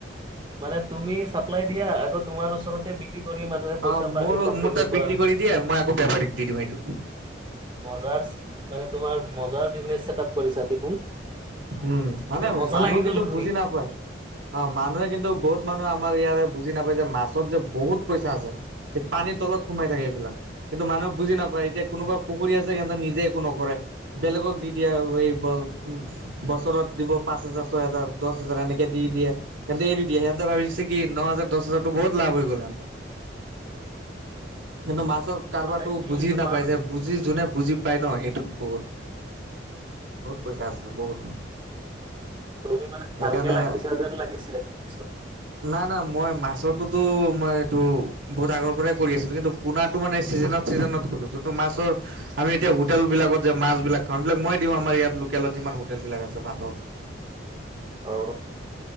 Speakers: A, on the right (about 25°); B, on the right (about 85°).
A: মানে তুমি চাপ্লাই দিয়া আকৌ তোমাৰ ওচৰতে বিক্ৰী কৰি মানুহে পইচা
B: অ
A: পা,
B: মোৰ
A: ইনকাম
B: মোৰ
A: কৰিব।
B: তাত
A: পৰা
B: বিক্ৰী
A: হৈ
B: কৰি
A: গৈছে
B: দিয়ে, মই আকৌ বেপাৰীক দি দিওঁ সেইটো।
A: মজাৰচ, মানে তোমাৰ মজা বিজনেছ ছেট-আপ কৰিছা দেখোন।
B: উম, মানে
A: এ মজা
B: মানুহ
A: লাগি
B: কিন্তু
A: গ'ল শুনি
B: বুজি নাপায়। অ', মানুহে কিন্তু, বহুত মানুহে আমাৰ ইয়াৰে বুজি নাপায় যে, মাছত যে বহুত পইচা আছে। সি পানীৰ তলত সোমাই থাকে এইবিলাক। কিন্তু মানুহে বুজি নাপায়। এতিয়া কোনোবা পুখুৰী আছে, সিহঁতে নিজে একো নকৰে। বেলেগক দি দিয়া ৱে ব' ম'। বছৰত দিব পাঁচ হাজাৰ, ছয় হাজাৰ, দছ হাজাৰ এনেকে দি দিয়ে, সিহঁতে এৰি দিয়ে সিহঁতে সিহঁতে ভাবিছে কি ন হাজাৰ দচ হাজাৰটো বহুত লাভ হৈ গল সিঁহতৰ কিন্তু মাছৰ কাৰোবাতো
A: মানে কি
B: বুজি
A: তোমাৰ
B: নাপাই যে বুজি যোনে বুজি পায় ন এইটোত বহুত। বহুত পইচা আছে বহুত।
A: তুমি মানে
B: সেইকাৰণে
A: ভালকে লাগিছা যেন লাগিছে পিছত।
B: নাই নাই মই মাছটোতো মই এইটো বহুত আগৰ পৰাই কৰি আছিলো কিন্তু পোনাটো মানে চিজনত চিজনত খুলো যোনটো মাছৰ আমি এতিয়া হোটেলবিলাকত যে মাছবিলাক খাম সেইবিলাক মই দিওঁ আমাৰ ইয়াত লোকেলত যিমান হো হোটেলবিলাক আছে ভাতৰ।
A: অঁ।